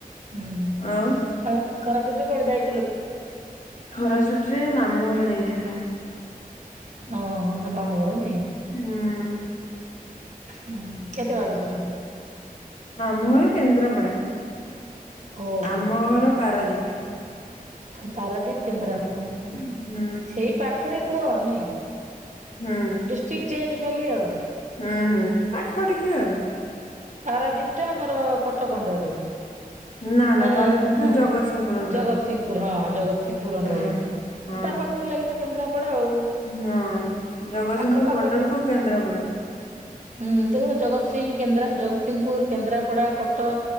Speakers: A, on the right; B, on the left.
A: ହୁଁ
B: ଆଉ
A: ଆଉ ଖରା ଛୋଟ କର ଯାଇ
B: ଖରା ଛୁଟିରେ ମାମୁଁ ଯାଇଥିଲ।
A: ଓ ହ ତମ ମାମୁ ଘର ନୁଏ?
B: ହଁ।
A: ହଁ କେତେ ବାଟ ସେଠୁ?
B: ମାମୁଁ ଘର କେନ୍ଦ୍ରାପଡା।
A: ଓହୋ
B: ଆମ ଘର ପାରାଦୀପ।
A: ତ ପାରାଦୀପ କେନ୍ଦ୍ରାପଡା। ଓ
B: ହୁଁ
A: ହଁ ସେଇ ପାଖ ପାଖରେ କୁହ ନାଇ।
B: ହୁଁ
A: ଡିଷ୍ଟ୍ରିକ୍ ଚେଞ୍ଜ ଖେଲେ ଆ।
B: ହୁଁ ହୁଁ। ପାଖ ଟିକେ ଆଉ।
A: ପାରାଦୀପ ଟା ଆମର କଟକଣ୍ଡରେ।
B: ନା ନା
A: ନ
B: ପାରାଦୀପ
A: ହଁ
B: ଜଗତସିଂହପୁର ଅଣ୍ଡରରେ
A: ଜଗତସିଂହପୁର ହଁ ଜଗତସିଂହପୁର ଅଣ୍ଡର
B: ହୁଁ।
A: ରେ
B: ହଁ
A: ତା ପାଖକୁ ଲାଗି ତ କେନ୍ଦ୍ରା ପଡା ଆଉ
B: ହଁ ଜଗତସିଂହପୁର
A: ପାଖ ପାଖଟେ
B: ବର୍ଡର କୁ
A: ହୁଁ
B: କେନ୍ଦ୍ରାପଡା
A: ଜଗତସିିଂହ କେନ୍ଦ୍ରା। ଜଗତସିଂହପୁର କେନ୍ଦ୍ରାପଡ଼ା କଟକ।